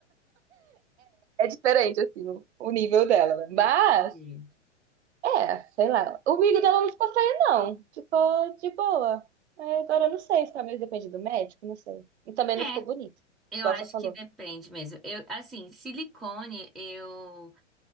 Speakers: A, on the right; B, in the centre.
A: É diferente, assim, o, o nível dela, né? Mas,
B: Entendi.
A: é, sei lá. O amigo dela não ficou feio, não. Ficou de boa. É, Agora eu não sei, se talvez depende do médico, não sei. E também
B: É,
A: não ficou bonito,
B: Eu
A: igual
B: acho
A: você falou.
B: que depende mesmo. Eu, assim, silicone, eu,